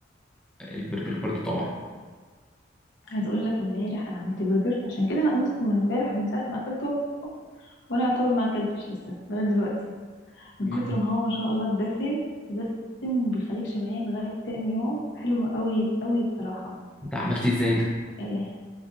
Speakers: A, in the centre; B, on the left (about 70°).
A: البرجر برضو طبعا
B: عايز اقول لك امبارح انا عملت برجر عشان كده انا بص من امبارح من ساعة ما اكلته وانا يعتبر ما اكلتش لسه لغاية دلوقتي من
A: امم
B: كتر ما هو ما شاء الله الدسم دسم بيخليك شبعان لغاية تاني يوم حلو قوي قوي بصراحة
A: ده عملتيه ازاي ده
B: إيه